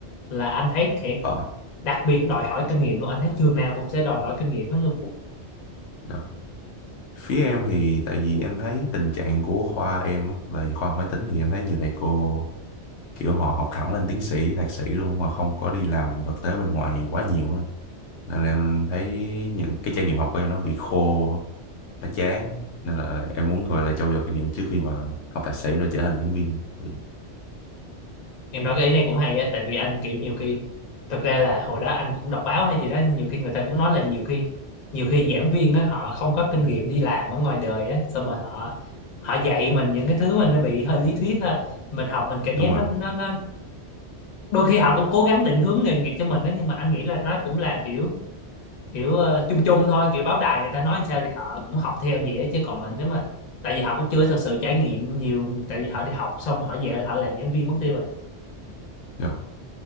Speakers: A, on the left; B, on the left.
A: là anh thấy thiệt
B: ờ
A: đặc biệt đòi hỏi kinh nghiệm luôn anh thấy trường nào cũng sẽ đòi hỏi kinh nghiệm hết luôn
B: rồi. phía em thì tại vì em thấy tình trạng của khoa em á, là khoa học máy tính thì em thấy nhiều thầy cô kiểu họ học thẳng lên tiến sĩ thạc sĩ luôn mà không có đi làm thực tế bên ngoài quá nhiều á nên là em thấy những cái trải nghiệm học của em nó bị khô nó chán nên là em muốn gọi là trau dồi kinh nghiệm trước khi mà học thạc sĩ rồi trở thành giảng viên Ừ,
A: em nói cái ý này cũng hay á tại vì anh kiểu nhiều khi thực ra là hồi đó anh cũng đọc báo hay gì đó nhiều khi người ta cũng nói là nhiều khi nhiều khi giảng viên á họ không có kinh nghiệm đi làm ở ngoài đời á xong mà họ họ dạy mình những cái thứ mà nó bị hơi lý thuyết ha mình học mình cảm
B: đúng
A: giác
B: rồi
A: nó nó nó đôi khi họ cũng cố gắng định hướng nghề nghiệp cho mình đó nhưng mà anh nghĩ là nó cũng là kiểu kiểu ờ, chung chung thôi kiểu báo đài người ta nói sao thì họ cũng học theo vậy á. chứ còn mình nếu mà tại vì họ cũng chưa thực sự trải nghiệm nhiều tại vì họ đi học xong họ về là họ làm giảng viên mất tiêu rồi
B: Dạ.